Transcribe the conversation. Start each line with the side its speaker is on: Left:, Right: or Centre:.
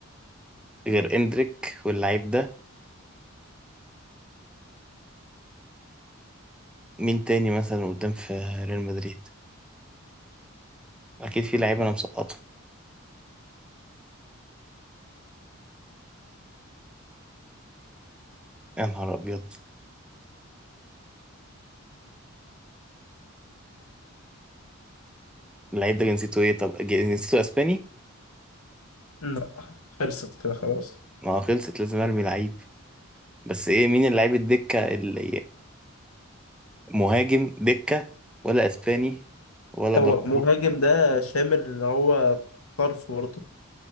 Centre: غير اندريك واللعيب ده مين تاني مثلا قدام في ريال مدريد اكيد في لعيب انا مسقطه يا نهار ابيض اللعيب ده جنسيته ايه طب جنسيته اسباني
Left: لا خلصت كده خلاص
Centre: ما هو خلصت لازم ارمي لعيب بس ايه مين اللعيب الدكة اللي مهاجم دكة ولا اسباني ولا
Left: هو
Centre: برازيل
Left: مهاجم ده شامل اللي هو طرف برضه